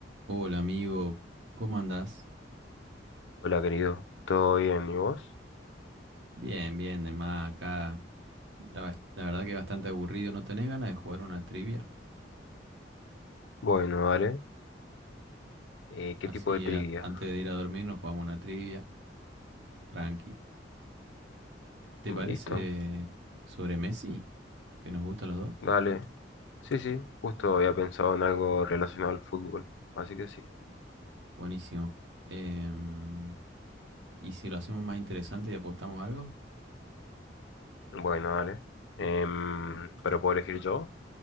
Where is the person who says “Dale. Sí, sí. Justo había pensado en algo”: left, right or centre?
Left